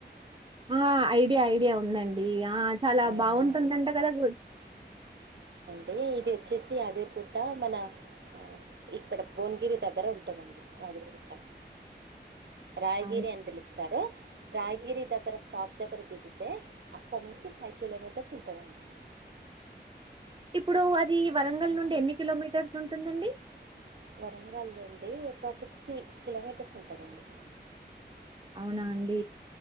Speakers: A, on the right; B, on the right.
A: ఆ ఐడియా ఐడియా ఉందండి ఆ చాలా
B: ఆహా,
A: బాగుంటుందంటే కదా గు
B: ఈ ఇది వచ్చేసి యాదగిరిగుట్ట మన అ ఇక్కడ బోవనగిరి దగ్గర ఉంటుందండి యాదగిరిగుట్ట రాయగిరి
A: అవును.
B: అని పిలుస్తారు రాయగిరి దగ్గర షాప్ దగ్గర దిగితే అక్కడ నుంచి ఫైవ్ కిలోమీటర్స్ ఉంటుందండి
A: ఇప్పుడు అది వరంగల్
B: ఉమ్,
A: నుండి
B: ఉమ్.
A: ఎన్ని కిలోమీటర్స్ ఉంట వుంటుంది అండి
B: వరంగల్ నుండి ఒక సిక్స్టీ కిలోమీటర్స్ ఉంటుందండి
A: అవునా అండి